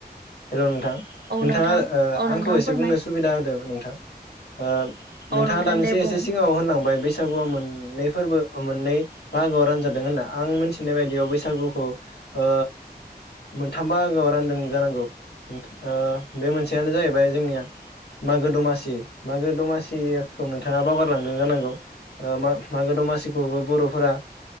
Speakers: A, on the left; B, on the right.
A: हेल नोंथां
B: औ
A: नोंथाङा
B: नोंथां
A: ओ
B: औ
A: आंखौ
B: नोंथां
A: एसे
B: फोरमाय
A: बुंनो सुबिदा होदों नोंथां ओ नोंथाङा
B: औ नोंथां
A: दानोसै
B: दे
A: एसे
B: बुं
A: सिगाङाव होनलांबाय बैसागुआ मोननै फोरबो ओ मोननै‌ बाहागोआव रानजादों होनना आं मोनथिनाय बायदिआव बैसागु बैसागुखौ ओ मोनथाम बाहागोआव रानदों जानांगौ ओ बे मोनसेआनो जाहैबाय जोंनिआ मागो दमासि मागो दमासिखौ नोंथाङा बावगारलांदों जानांगौ ओ मागो दमासिखौबो बर'फोरा